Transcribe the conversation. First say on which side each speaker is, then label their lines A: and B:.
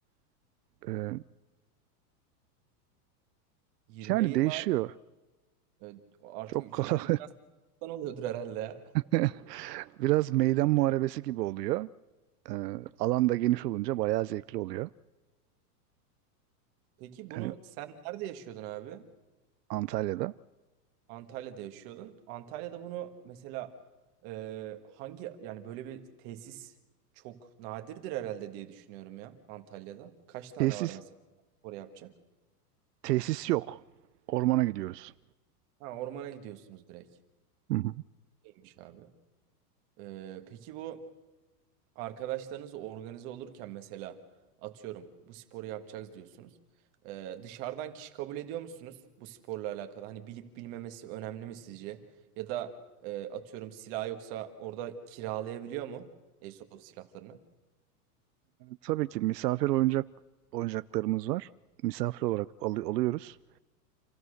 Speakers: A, on the right (about 80°); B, on the right (about 35°).
A: Ee,
B: 20'ye
A: yani
B: 20
A: değişiyor.
B: abi. E, artık
A: Çok
B: üçüncü
A: kala
B: Dünya Savaşı'ndan oluyordur herhalde ya.
A: <laughs> biraz meydan muharebesi gibi oluyor. Ee, alan da geniş olunca bayağı zevkli oluyor.
B: Peki bunu
A: Yani.
B: sen nerede yaşıyordun abi?
A: Antalya'da.
B: Antalya'da yaşıyordun. Antalya'da bunu mesela e, hangi yani böyle bir tesis çok nadirdir herhalde diye düşünüyorum ya Antalya'da. Kaç tane
A: Tesis
B: var mesela oraya yapacak?
A: tesis yok. Ormana gidiyoruz.
B: Ha ormana gidiyorsunuz direkt.
A: Hı hı.
B: Neymiş abi? E, peki bu Arkadaşlarınız organize olurken mesela atıyorum bu sporu yapacağız diyorsunuz. Ee, dışarıdan kişi kabul ediyor musunuz bu sporla alakalı? Hani bilip bilmemesi önemli mi sizce? Ya da e, atıyorum silah yoksa orada kiralayabiliyor mu Airsoft silahlarını?
A: Tabii ki misafir oyuncak oyuncaklarımız var. Misafir olarak alı- alıyoruz.